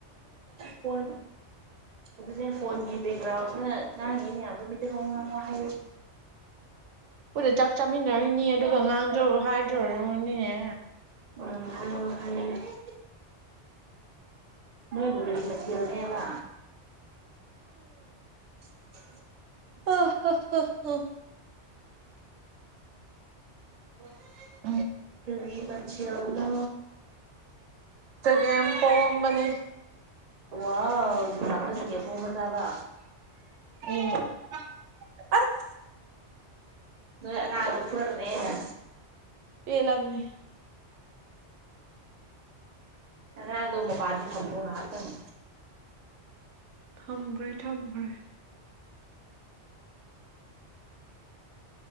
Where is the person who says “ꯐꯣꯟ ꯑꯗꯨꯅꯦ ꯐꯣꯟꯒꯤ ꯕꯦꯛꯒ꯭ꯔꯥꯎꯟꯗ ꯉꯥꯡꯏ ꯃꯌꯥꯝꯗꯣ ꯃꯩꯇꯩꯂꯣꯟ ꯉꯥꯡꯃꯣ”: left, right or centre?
Right